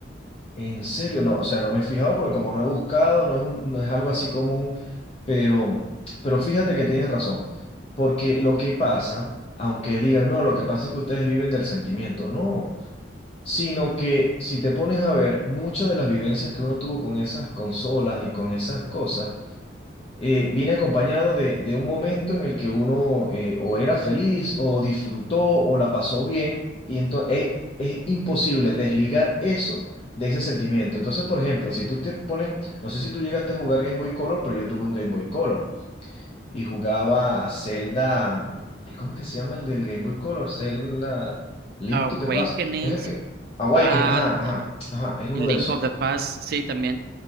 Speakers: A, on the left (about 30°); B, on the right (about 55°).
A: En serio, no, o sea, no me he fijado porque como no he buscado, no es un- no es algo así común, pero, pero fíjate que tienes razón, porque lo que pasa, aunque digan, no, lo que pasa es que ustedes viven del sentimiento, no, sino que si te pones a ver muchas de las vivencias que uno tuvo con esas consolas y con esas cosas, eh, viene acompañado de, de un momento en el que uno eh, o era feliz o disfrutó o la pasó bien y entonces es, imposible desligar eso de ese sentimiento. Entonces, por ejemplo, si tú te ponen, no sé si tú llegaste a jugar Game Boy Color, pero yo tuve un Game Boy Color y jugaba Zelda, mm, ay, ¿cómo es que se llama el del Game Boy Color? Zelda Link
B: Awakenings,
A: to the Past, es el que Awakening,
B: al
A: ajá, ajá,
B: ajá,
A: ajá, era
B: y
A: uno
B: Link
A: de esos.
B: of the Past, sí, también.